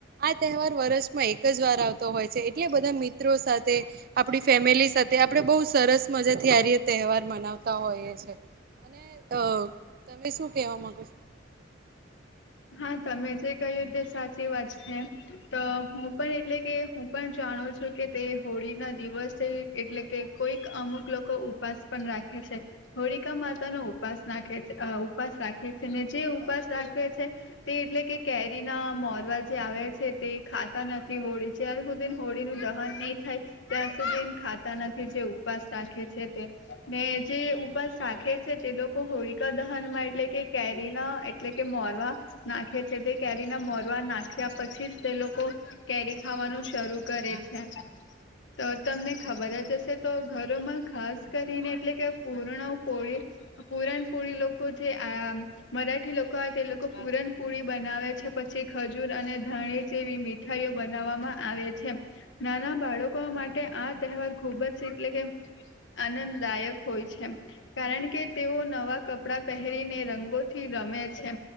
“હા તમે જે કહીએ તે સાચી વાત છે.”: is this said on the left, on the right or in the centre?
Left